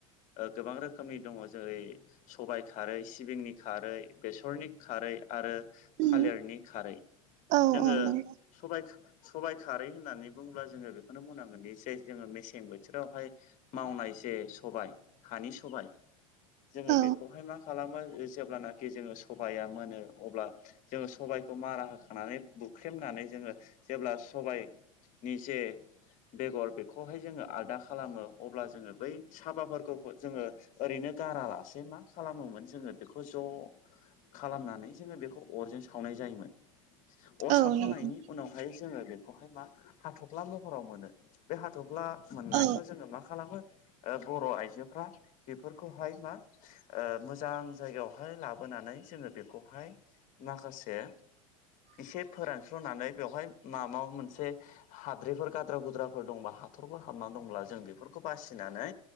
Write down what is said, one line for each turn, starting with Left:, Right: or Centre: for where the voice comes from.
Left: गोबां रोखोमनि दङ जेरै सबायाइ खारै सिबिंनि खारै बेसरनि खारै आरो
Right: उम
Left: थालिरनि खारै
Right: औ
Left: जोङो
Right: औ नंगौ
Left: सबाय सबाइ खारै होननानै बुङोब्ला जोङो बेखौनो बुंनांगोन दि जे जोङो मेसें बोथोरावहाय मावनाय जे सबाय हानि सबाय जोङो
Right: औ
Left: बेखौहाय मा खालामो जेब्लानाखि जोङो सबाया मोनो अब्ला जोङो सबायखौ मारा होखांनानै बुख्रेमनानै जोङो जेब्ला सबाय नि जे बेगर बेखौहाय जोङो आलादा खालामो अब्ला जोङो बै साबाफोरखौ जोङो ओरैनो गारालासे मा खालामोमोन जोङो बेखौ ज' खालामनानै जोङो बेखौ अरजों सावनाय जायोमोन अर
Right: औ
Left: सावखांनायनि
Right: नंगौ
Left: उनावहाय जोङो बेखौहाय मा हाथफ्ला महराव मोनो बे हाथफ्ला मोननायखौ
Right: औ
Left: जोङो मा खालामो ओ बर' आइजोफ्रा बेफोरखौहाय मा मोजां जायगायावहाय लाबोनानै जोङो बेखौहाय माखासे एसे फोरानस्र'नानै बेवहाय माबा मोनसे हाद्रिफोर गाद्रा गुद्राफोर दंबा हाथरफोर हाबनानै दंब्ला जों बेफोरखौ बासिनानै